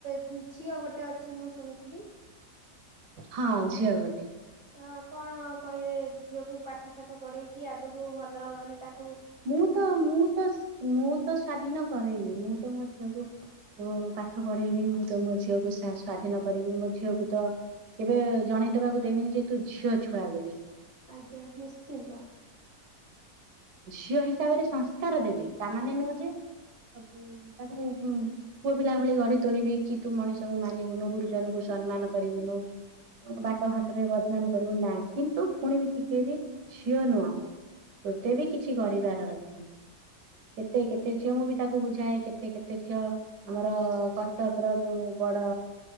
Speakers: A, on the right; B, on the right.
A: ଝିଅ ଗୋଟେ ଅଛି ମୁଁ ଶୁଣିଥିଲି।
B: ହଁ ଝିଅ ଗୋଟେ।
A: ତ କଣ କହିବେ ଝିଅକୁ ପାଠ ସାଠ ପଢେଇକି ଆଗକୁ ଭଲ ମାନେ ତା
B: ମୁଁ ତ ମୁଁ ତ ମୁଁ ତ ସ୍ଵାଧୀନ କରେଇବି। ମୁଁ ତ ମୋ ଝିଅକୁ ଉ, ପାଠ ପଢେଇବି। ମୁଁ ତ ମୋ ଝିଅକୁ ସା-ସ୍ଵାଧୀନ କରିବି। ମୋ ଝିଅକୁ ତ କେବେ ଜଣେଇଦବାକୁ ଦେବିନି ଯେ ତୁ ଝିଅ ଛୁଆ ବେଲି କିି।
A: ଆଜ୍ଞା ନିଶ୍ଚିନ୍ତ।
B: ଝିଅ ହିସାବରେ ସଂସ୍କାର ଦେବି। ତାମାନେ ନୁହଁ ଯେ ସବୁ ତାକୁ ମୁଁ ମୁଁ ପୁଅ ପିଲା ଭଳି ଗଢି ତୋଳିବି କି ତୁ ମଣିଷଙ୍କୁ ମାନିବୁନୁ। ଗୁରୁଜନଙ୍କୁ ସମ୍ମାନ କରିବୁନୁ। ଅ,
A: ହୁଁ
B: ବାଟଘାଟରେ ବଦନାମ କରିବୁ ନାଇ। କିନ୍ତୁ ଫୁଣି ବି ଶିଖେଇବି ଝିଅ ନୁହଁ ତୁ ତୋତେ ବି କିଛି କରିବାର ଅଛି। କେତେ କେତେ ଝିଅ ମୁଁ ବି ତାକୁ ବୁଝାଏ କେତେ କେତେ ଝିଅ ଆମର କଟକ ର ଯୋଉ ବଡ